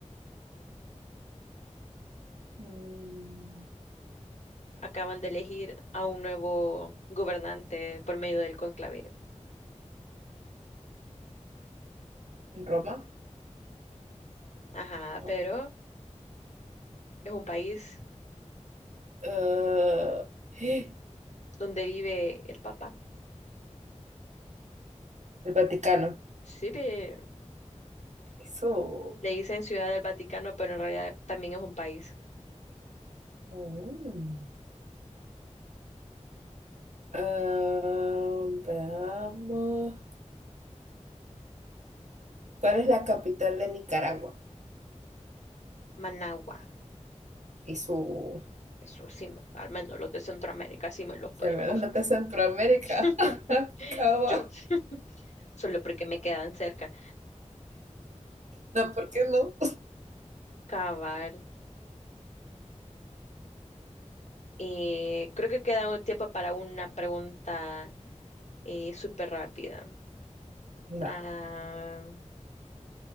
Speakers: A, on the right; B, on the left.
A: Mm.
B: Acaban de elegir a un nuevo gobernante por medio del conclave.
A: en Roma,
B: Ajá,
A: no.
B: pero es un país
A: Ah, <gasps> el
B: donde vive el Papa.
A: Vaticano.
B: Sí, ve.
A: Eso.
B: le dicen Ciudad del Vaticano, pero en realidad también es un país.
A: Mm. Ah, veamos. ¿Cuál es la capital de Nicaragua?
B: Managua.
A: Y su...
B: Eso sí, me- al menos los de Centroamérica sí me los puedo.
A: Al menos no está Centroamérica.
B: <laughs>
A: <laughs> Cava.
B: Yo, solo porque me quedan cerca.
A: No, ¿por qué no?
B: Cabal. Eh, creo que queda un tiempo para una pregunta eh, súper rápida.
A: Va.
B: Ah,